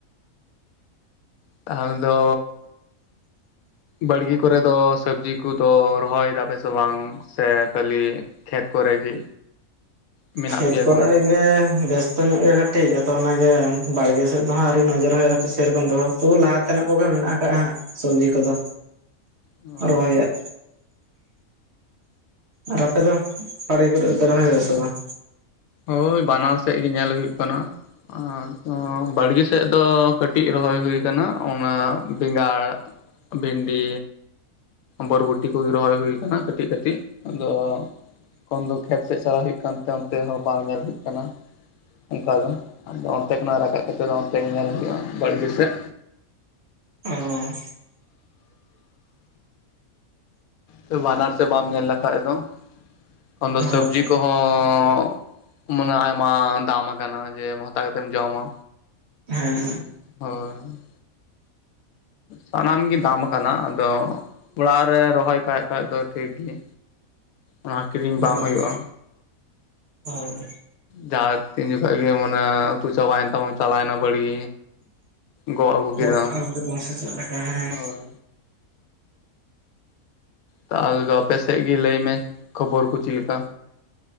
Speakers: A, on the left; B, on the right.
A: ᱛᱟᱦᱟᱞᱮ ᱫᱚ ᱵᱟᱲᱜᱤ ᱠᱚᱨᱮ ᱫᱚ ᱥᱚᱵᱽᱡᱤ ᱠᱚᱫᱚ ᱨᱚᱦᱚᱭ ᱫᱟᱯᱮ ᱥᱮ ᱵᱟᱝ, ᱥᱮ ᱠᱷᱟᱹᱞᱤ ᱠᱷᱮᱛ ᱠᱚᱨᱮ ᱜᱮ᱾ ᱢᱮᱱᱟᱜ
B: ᱠᱷᱮᱛ
A: ᱯᱮᱭᱟ ᱮᱠᱷᱚᱱ
B: ᱠᱚᱨᱮ ᱨᱮᱜᱮ ᱵᱮᱥ ᱛᱚ ᱧᱚᱜ ᱜᱮ ᱠᱟᱹᱴᱤᱡ ᱟᱫᱚ ᱚᱱᱟᱜᱮ ᱵᱟᱲᱜᱮ ᱥᱮᱫ ᱫᱚ ᱦᱟᱸᱜ ᱟᱣᱨᱤ ᱱᱚᱡᱚᱨ ᱦᱳᱭᱳᱜ-ᱟ ᱛᱚ ᱥᱮᱨᱚᱠᱚᱢ ᱫᱚ᱾ ᱛᱳ ᱞᱟᱦᱟ ᱛᱮᱱᱟᱜ ᱠᱚᱜᱮ ᱢᱮᱱᱟᱜ ᱠᱟᱜᱟ ᱦᱟᱸᱜ ᱥᱚᱵᱽᱡᱤ ᱠᱚᱫᱚ
A: ᱫᱚ
B: ᱨᱚᱦᱚᱭᱟᱜ᱾ ᱟᱨ ᱟᱯᱮ ᱫᱚ ᱵᱟᱲᱜᱮ ᱠᱚᱨᱮᱜ ᱫᱚᱯᱮ ᱨᱚᱦᱚᱭ ᱠᱟᱫᱟ ᱥᱮ ᱵᱟᱝ?
A: ᱦᱳᱭ ᱵᱟᱱᱟᱨ ᱥᱮᱫ ᱜᱮ ᱧᱮᱞ ᱦᱩᱭᱩᱜ ᱠᱟᱱᱟ᱾ ᱟᱸ ᱵᱟᱲᱜᱮ ᱥᱮᱫ ᱫᱚ ᱠᱟᱹᱴᱤᱡ ᱨᱚᱦᱚᱭ ᱦᱩᱭ ᱠᱟᱱᱟ ᱚᱱᱟ ᱵᱮᱸᱜᱟᱲ ᱵᱷᱮᱱᱰᱤ ᱵᱚᱨᱵᱚᱴᱤ ᱠᱚᱜᱮ ᱨᱚᱦᱚᱭ ᱦᱩᱭ ᱠᱟᱱᱟ ᱠᱟᱹᱴᱤᱡ ᱠᱟᱹᱴᱤᱡ ᱟᱫᱚ ᱠᱷᱚᱱ ᱫᱚ ᱠᱷᱮᱛ ᱥᱮᱫ ᱪᱟᱞᱟᱣ ᱦᱩᱭᱩᱜ ᱠᱟᱱᱛᱮ ᱚᱱᱛᱮ ᱦᱚᱸ ᱵᱟᱝ ᱧᱮᱞ ᱦᱩᱭᱩᱜ ᱠᱟᱱᱟ᱾ ᱚᱝᱠᱟ ᱫᱚ ᱟᱫᱚ ᱚᱱᱛᱮ ᱠᱷᱚᱱᱟᱜ ᱨᱟᱠᱟᱵ ᱠᱟᱛᱮᱫ ᱫᱚ ᱚᱱᱛᱮ ᱜᱮ ᱧᱮᱞ ᱦᱩᱭᱩᱜ-ᱟ ᱵᱟᱲᱜᱮ ᱥᱮᱫ᱾
B: ᱚᱻ
A: ᱥᱮ ᱵᱟᱱᱟᱨ ᱥᱮᱫ ᱵᱟᱢ ᱧᱮᱞ ᱞᱮᱠᱷᱟᱡ ᱫᱚ ᱠᱷᱚᱱ ᱫᱚ
B: ᱦᱳᱭ
A: ᱥᱚᱵᱽᱡᱤ ᱠᱚᱦᱚᱸ <unintelligible> ᱢᱟᱱᱮ ᱟᱭᱢᱟ ᱫᱟᱢ ᱠᱟᱱᱟ ᱡᱮ ᱦᱟᱛᱟᱣ ᱠᱟᱛᱮᱢ ᱡᱚᱢᱟ᱾
B: ᱦᱮᱸ
A: ᱚ ᱦᱳᱭ᱾ ᱥᱟᱱᱟᱢ ᱜᱮ ᱫᱟᱢ ᱠᱟᱱᱟ ᱟᱫᱚ ᱚᱲᱟᱜ ᱨᱮ ᱨᱚᱦᱚᱭ ᱠᱷᱟᱡ ᱠᱷᱟᱡ ᱫᱚ ᱴᱷᱤᱠ ᱜᱤᱭᱟ᱾ ᱚᱱᱟ ᱠᱤᱨᱤᱧ
B: ᱦᱳᱭ
A: ᱵᱟᱝ ᱦᱳᱭᱳᱜ-ᱟ᱾
B: ᱦᱳᱭ᱾
A: ᱡᱟᱦᱟᱸ ᱛᱤᱱ ᱡᱚᱠᱷᱚᱡ ᱜᱮ ᱢᱟᱱᱮ ᱩᱛᱩ ᱪᱟᱵᱟᱭᱮᱱ ᱛᱟᱵᱚᱱ ᱪᱟᱞᱟᱣᱱᱮᱟ ᱵᱟᱲᱤ ᱜᱚᱜ ᱟᱹᱜᱩ ᱠᱮᱫᱟᱢ᱾
B: ᱜᱚᱫ <unintelligible> ᱪᱮᱫ ᱞᱮᱠᱟ ᱦᱮᱸ᱾
A: ᱦᱳᱭ ᱛᱟᱦᱟᱞᱮ ᱫᱚ ᱟᱯᱮ ᱥᱮᱫ ᱜᱮ ᱞᱟᱹᱭᱢᱮ ᱠᱷᱚᱵᱚᱨ ᱠᱚ ᱪᱮᱫ ᱞᱮᱠᱟ?